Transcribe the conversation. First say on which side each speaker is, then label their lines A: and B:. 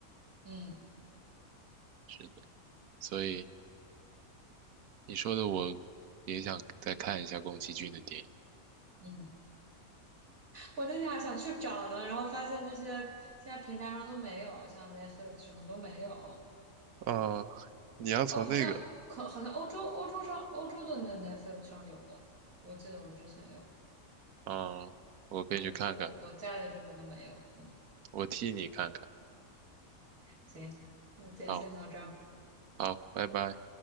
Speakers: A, on the right (about 65°); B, on the right (about 85°).
A: 嗯
B: 是的，所以你说的我也想再看一下宫崎骏的电影。
A: 嗯，我那天还想去找呢，然后发现这些现在平台上都没有，像 Netflix 什么都没有，
B: 啊、你要从那个
A: 哦，好像可好像欧洲欧洲上欧洲的那 Netflix 上有的，我记得我之前有，
B: 嗯，我可以去看看，
A: 反正这我我在的这边都没有，嗯，
B: 我替你看看。
A: 行，那今天先到这儿。
B: 好，好，拜拜。